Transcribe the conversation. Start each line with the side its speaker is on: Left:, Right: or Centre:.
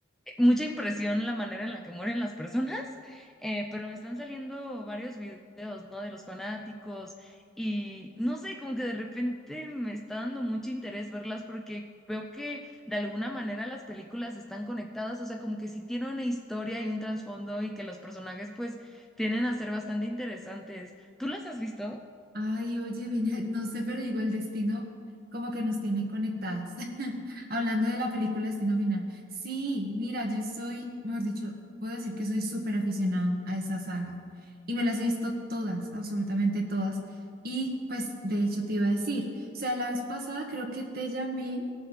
Centre: mucha impresión la manera en la que mueren las personas, eh, pero me están saliendo varios videos, ¿no? De los fanáticos y no sé, como que de repente me está dando mucho interés verlas porque veo que de alguna manera las películas están conectadas, o sea, como que sí tienen una historia y un trasfondo y que los personajes pues tienen a ser bastante interesantes. ¿Tú las has visto?
Right: Ay, oye, Vine- no sé, pero digo, el destino como que nos tiene conectadas. <laughs> Hablando de la película Destino Final. Sí, mira, yo soy, mejor dicho, puedo decir que soy súper aficionada a esa saga. Y me las he visto todas, absolutamente todas. Y pues, de hecho, te iba a decir, o sea, la vez pasada creo que te llamé